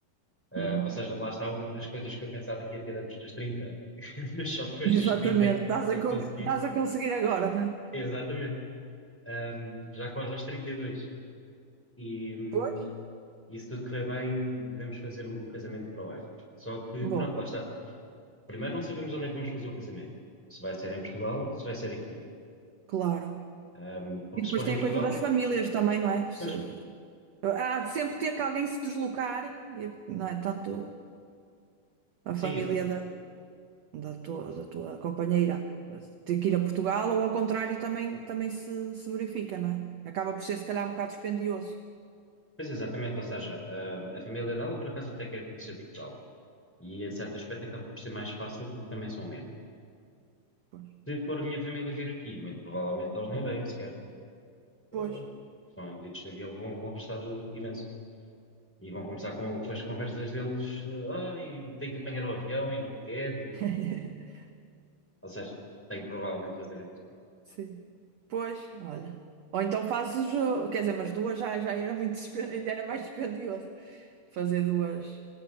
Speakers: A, in the centre; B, on the right.
A: Uh,
B: Uhum.
A: ou seja, lá está uma das coisas que eu pensava que ia ter antes dos 30 <laughs> mas só depois dos
B: Exatamente,
A: 30 é que,
B: estás
A: é
B: a,
A: que
B: con-
A: consegui.
B: estás a conseguir agora, não é?
A: Exatamente. Um, já quase aos 32. E, dois. E, hum,
B: Pois.
A: e se tudo correr bem, devemos fazer o, o casamento para o ano. Só que,
B: Bom,
A: pronto, lá está. Primeiro, não sabemos onde é que vamos fazer o casamento. Se vai ser em Portugal, se vai ser aqui.
B: claro.
A: Um, porque
B: E depois
A: se for
B: tem
A: em Portugal,
B: a coisa das famílias também, não é? Se-
A: pois,
B: há de sempre ter que alguém se deslocar, e- não é? Tanto a
A: sim,
B: família
A: exato.
B: da, da tua, da tua companheira ter que ir a Portugal ou ao contrário também, também se, se verifica, não é? Acaba por ser se calhar um bocado dispendioso.
A: Pois exatamente, ou seja, um, a família dela por acaso até quer conhecer Portugal. E em certo aspecto acaba por ser mais fácil porque também são menos.
B: Pois.
A: Se for a minha família vir aqui, muito provavelmente eles nem vêm sequer. Uh,
B: Pois.
A: são em bilhetes de avião, vão, vão gastar imenso. E vão começar com, com as conversas deles, uh, ah, e tenho que apanhar o avião e não quero, e...
B: <laughs>
A: Ou seja, tenho que provavelmente fazer em Portugal.
B: Sim. Pois, olha. Ou então fazes o jogo. Quer dizer, mas duas já, já era muito, <laughs> despe- ainda era mais dispendioso fazer duas,